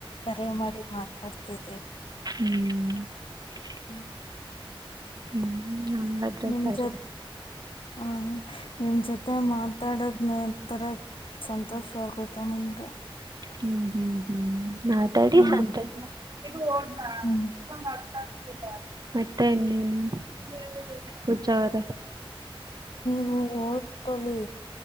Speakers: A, on the left (about 65°); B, on the right (about 45°).
A: ಕರೆ ಮಾಡಿ ಮಾ ತಾಡ್ ತಿರ್ತೀವ್.
B: ಹ್ಮ್
A: ಹ್ಮ್
B: ಹ್ಮ್ ಹಂಗಾದ್ರೆ
A: ನಿಮ
B: ಸರಿ
A: ಜೊತ್ ಹ್ಮ್ ನಿಮ್ ಜೊತೆ ಮಾತಾಡೋದ್ ನಂತರ ಸಂತೋಷ ಆಗೋಯ್ತು ನಂಗೆ.
B: ಹ್ಮ್ ಹ್ಮ್ ಹ್ಮ್ ಮಾತಾಡಿ
A: ಹ್ಮ್
B: ಸಂತೊ ಇದ್ ಹೋದ್ನಾ
A: ಹ್ಮ್
B: ಇಷ್ಟೊಂದ್ ಅರ್ಥ ಮತ್ತೆನ್ನು ಹ್ಮ ಪುಜಾರ
A: ಹ್ಮ್ ಓದ್ಕೋಳಿ